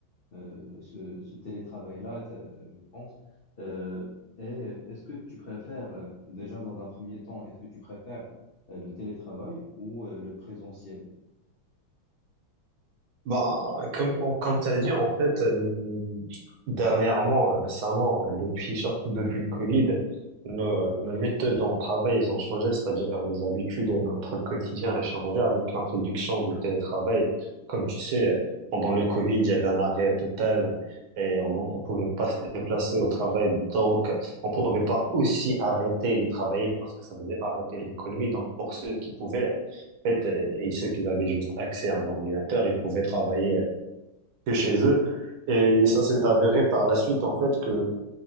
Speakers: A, on the left; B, on the right.
A: euh, ce, ce télétravail-là, t'as- je pense. Euh, et est-ce que tu préfères, euh, déjà dans un premier temps, est-ce que tu préfères euh, le télétravail ou euh, le présentiel?
B: Bah, comme, on- comme tu as dit, en fait, euh, dernièrement, euh, récemment, euh, depuis, surtout depuis le Covid, nos, nos méthodes en travail, ils ont changé, c'est-à-dire nos habitudes et notre quotidien a changé avec l'introduction du télétravail. Comme tu sais, euh, pendant le Covid, il y avait un arrêt total et on- donc on pouvait pas se déplacer au travail. Donc, on pouvait pas aussi arrêter de travailler parce que ça faisait arrêter l'économie. Donc, pour ceux qui pouvaient, fait, euh, et ceux qui avaient juste accès à un ordinateur, ils pouvaient travailler que chez eux. Et ça s'est avéré par la suite, en fait, que